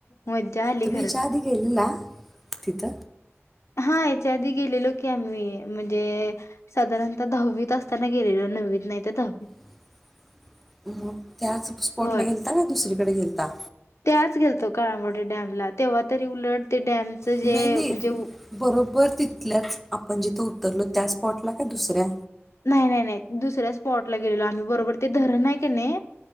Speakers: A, on the left; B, in the centre.
A: मज्जा आली
B: तुम्ही
A: खरं
B: याच्या आधी गेलेला तिथं?
A: हा हेच्या आधी गेलेलो की आम्ही म्हणजे साधारणता दहावीत असताना गेलेलो नववीत नाही तर दहावीत.
B: <inaudible> मग त्याच स्पॉटला
A: होय
B: गेलता काय दुसरीकड गेलता.
A: त्याच गेलतो काळमवाडी डॅमला. तेव्हा तरी उलट ते डॅमच जे
B: नाही नाही
A: म्हणजे
B: बरोबर तिथल्याच आपण जिथं उतरलो, त्या स्पॉटला काय दुसऱ्या?
A: नाही नाही नाही दुसऱ्या स्पॉटला गेलेलो आम्ही बरोबर ते धरण आहे का नाही